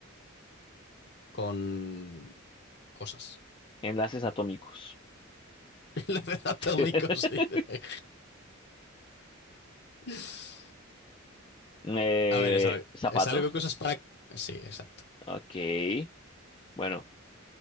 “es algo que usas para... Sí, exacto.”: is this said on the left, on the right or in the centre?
Left